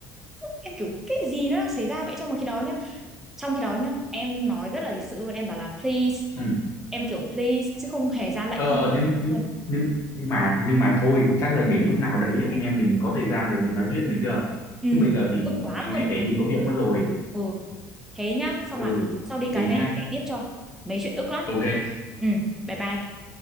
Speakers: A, in the centre; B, on the left.
A: em kiểu cái gì nó đang xảy ra vậy trong một khi đó nhá. Trong khi đó nhá, em nói rất là lịch sự luôn, em bảo là please,
B: ừ.
A: em kiểu please chứ không hề ra lệnh
B: ờ
A: không
B: nhưng, nhưng
A: luôn.
B: nhưng nhưng mà nhưng mà thôi chắc là để lúc nào đấy anh em mình có thời gian rồi mình nói chuyện được chưa
A: Ừ,
B: chứ bây giờ thì
A: ức quá
B: anh
A: luôn.
B: lại phải đi có việc mất rồi
A: Ừ. Thế nhá, xong
B: ừ
A: là sau đi
B: thế
A: cà phê
B: nha
A: em kể tiếp cho. Mấy chuyện ức lắm.
B: ok
A: Ừ, bye bye.